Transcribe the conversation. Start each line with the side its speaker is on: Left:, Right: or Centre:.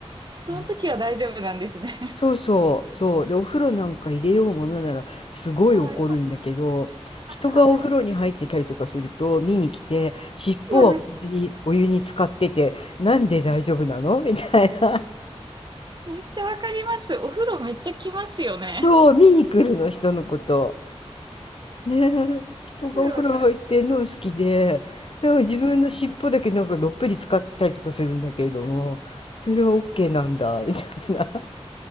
Right: その時は大丈夫なんですね。
Left: ね
Right: <laughs>
Left: そうそう、そう。で、お風呂なんか入れようものならすごい怒るんだけど、
Right: はい。
Left: 人がお風呂に入ってたりとかすると見に来て、
Right: はい。
Left: 尻尾はお水に、
Right: いや、め、
Left: お湯に浸かってて、なんで大丈夫なのみたいな。
Right: めっちゃわかります。お風呂めっちゃきますよね。
Left: <laughs> そう、見に来るの、人のこと。ねえ、
Right: <laughs>
Left: 人がお風呂入ってんの好きで、
Right: すごいわかる。
Left: でも自分の尻尾だけなんかどっぷり使ってたりとかするんだけれども、それは OK なんだ、みたいな。<laughs>